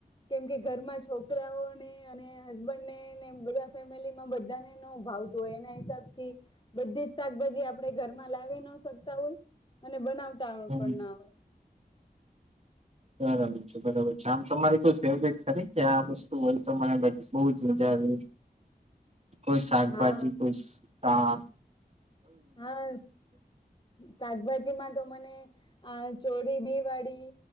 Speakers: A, on the left (about 30°); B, on the right (about 40°).
A: કેમકે ઘરમાં છોકરાઓને અને હસબન્ડને ને બધા ફેમિલીમાં બધાને ન ભાવતું હોય એના હિસાબ થી બધી જ શાકભાજી આપણે ઘરમાં લાવી ન શકતા હોય અને બનાવ. ત પણ
B: હમ
A: ના હોય.
B: બરાબર છે બરાબર છે આમ તમારી કો ફેવટ ખરી કે આ વસ્તુ હોયને બ જ મા. કોઈ શાકભાજી
A: હા
B: કોઈ. હા.
A: હા શાકભાજીમાં. તો મને આ ચોરી બી વાળી